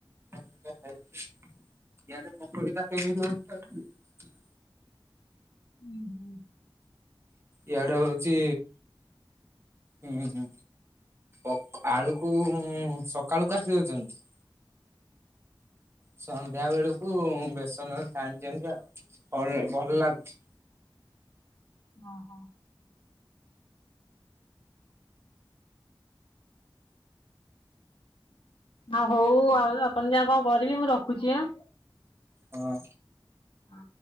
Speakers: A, on the right; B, on the left.
A: <inaudible> କିଆତେ <unintelligible>
B: ଉଁ ହୁଁ।
A: ଇଆଡା ହଉଚି ହୁଁ ହୁଁ। ଅ ଆଳୁକୁ ସକାଳୁ କାଟିି ଦଉଚନ୍ତି। ସନ୍ଧ୍ୟା ବେଳକୁ ବେସନରେ ଛାଣିଛନ୍ତି ଆଉ ଅ ଭଲ ଲାଗୁଚି।
B: ହ ଓ ହୋ। ଆ ହଉ ଆଉ ଆପଣ ଯା କଣ କରିବି ମୁଁ ରଖୁଚି ଆ।
A: ହଁ।
B: ହଁ।